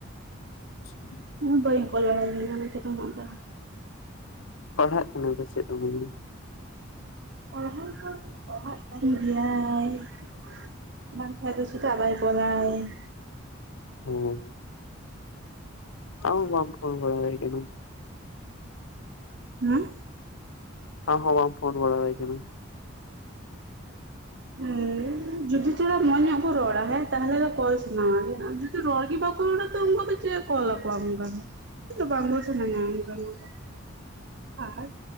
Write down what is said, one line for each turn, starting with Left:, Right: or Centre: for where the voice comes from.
Left: <unintelligible>
Right: ᱦᱚ ᱵᱟᱹᱧ ᱠᱚᱞ ᱵᱟᱲᱟᱭᱤᱧ ᱩᱱᱤ ᱴᱷᱮᱡ ᱫᱚ ᱚᱱᱟ ᱛᱮ ᱾
Left: ᱯᱟᱲᱦᱟᱜ ᱠᱟᱱᱟ ᱯᱟᱪᱮᱫ ᱫᱚᱢᱮ ᱾
Right: ᱯᱟᱲᱦᱟᱣ ᱫᱚᱸ ᱯᱟᱲᱦᱟᱜ ᱠᱟᱱ ᱜᱮᱭᱟᱭ ᱾ ᱵᱟᱝ ᱠᱷᱟᱡ ᱫᱚ ᱪᱮᱫᱟᱜ ᱵᱟᱭ ᱠᱚᱞᱟᱭ ᱾
Left: ᱦᱩᱸ ᱟᱢ ᱦᱚ ᱵᱟᱢ ᱯᱷᱳᱱ ᱵᱟᱲᱟ ᱟᱭ ᱠᱟᱱᱟ ᱾
Right: ᱦᱩᱸ?
Left: ᱟᱢ ᱦᱚᱸ ᱵᱟᱢ ᱯᱷᱳᱱ ᱵᱟ ᱠᱟᱱᱟ ᱾
Right: ᱦᱩᱸ ᱡᱩᱫᱤ ᱛᱷᱚᱲᱟ ᱢᱚᱸᱡᱽ ᱧᱚᱜ ᱠᱚ ᱨᱚᱲᱟ ᱦᱮᱸ ᱛᱟᱦᱞᱮ ᱫᱚ ᱠᱚᱞ ᱥᱟᱱᱟᱣᱟ ᱾ <unintelligible> ᱨᱚᱲᱜᱤ ᱵᱟᱠᱩ ᱨᱚᱲᱟ ᱛᱚ ᱩᱱᱠᱩ ᱫᱚ ᱪᱮᱫ ᱠᱚᱞ ᱠᱚᱣᱟᱢ ᱚᱱᱠᱟ ᱫᱚ ᱾ ᱤᱧ ᱦᱚ ᱵᱟᱝ ᱨᱚᱲ ᱥᱟᱱᱟᱧᱟ <unintelligible>